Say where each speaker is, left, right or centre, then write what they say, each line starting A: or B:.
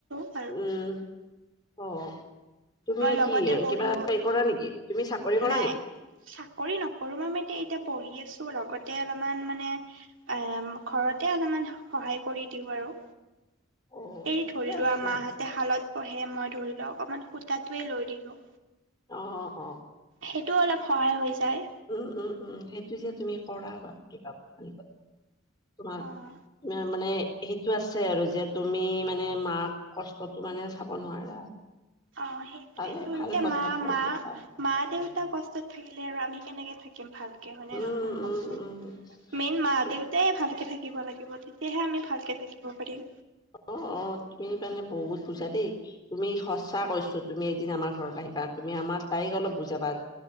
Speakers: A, on the right; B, on the left.
A: আছোঁ।
B: উম। অ'। তুমি
A: মই লগতে
B: কি,
A: পঢ়িও
B: কিবা হেৰি কৰা নেকি? তুমি চাকৰি কৰা
A: নাই
B: নেকি?
A: চাকৰি নকৰোঁ। মই মানে এতিয়া পঢ়ি আছোঁ, লগতে অলপমান মানে আ', ঘৰতে অলপমান সহায় কৰি দিওঁ আৰু।
B: অ
A: এই
B: ঠিকে
A: ধৰি
B: আছে
A: লোৱা, মাহঁতে শালত বহে, মই ধৰি লোৱা, অকমান সূতটোৱে লৈ দিলোঁ।
B: অ অ
A: সেইটো অলপ সহায় হৈ যায়।
B: উম, উম, উম। সেইটো যে তুমি কৰা বা <unintelligible> তোমাৰ <unintelligible>
A: অ
B: মানে সেইটো আছে আৰু যে তুমি মানে মাক কষ্টটো মানে চাব নোৱাৰা।
A: অঁ সেইটোৱে
B: ভালে
A: টো
B: ভাল
A: এতিয়া
B: কথা
A: মা
B: ভাল
A: মা
B: কথা
A: মা-দেউতা কষ্টত থাকিলে আৰু আমি কেনেকে থাকি কিম ভালকে হয়নে
B: উম
A: নহয় কওঁকচোন,
B: উম উম
A: মেইন
B: ঠিকে
A: মা-দেউতাই ভালকে থাকিব লাগিব তে তেতিয়াহে আমি ভালকে থাকিব পাৰিম।
B: অঁ, অঁ, তুমি মানে বহুত বুজা দেই। তুমি সঁচা কৈছো, তুমি এদিন আমাৰ ঘৰত আহিবা, তুমি আমাৰ তাইক অলপ বুজাবা